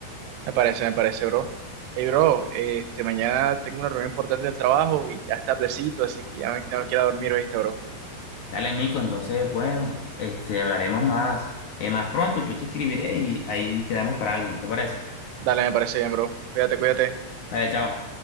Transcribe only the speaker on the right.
Me parece, me parece, bro. Hey, bro, este, mañana tengo una reunión importante del trabajo y ya está tardecito, así que ya me tengo que ir a dormir, ¿viste, bro?
Dale, me parece bien, bro. Cuídate, cuídate.